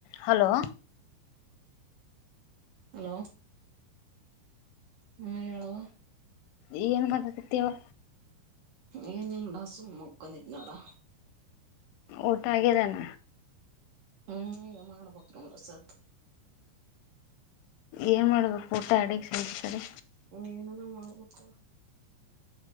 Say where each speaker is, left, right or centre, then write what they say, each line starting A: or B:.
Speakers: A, on the left; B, on the right.
A: Hello
B: hello ಹ್ಮ್ ಹೇಳುವ
A: ಏನು ಮಾಡಾಕತ್ತಿ ಯವಾ
B: ಏನಿಲ್ಲ ನೋಡ್ ಸುಮ್ಮ ಮಲ್ಕೊಂಡಿನಿ ನೋಡ್
A: ಊಟ ಆಗ್ಯದೇನ್
B: ಹ್ಮ್ ಈಗ ಮಾಡಬೇಕ್ ನೋಡ್ ಸದ್ದು
A: ಏನ್ ಮಾಡ್ಬೇಕು ಊಟ ಅಡಗೆ ಸಂಜಿ ಕಡೆ
B: ಏನನ ಮಾಡಬೇಕ್ ಅವ್ವಾ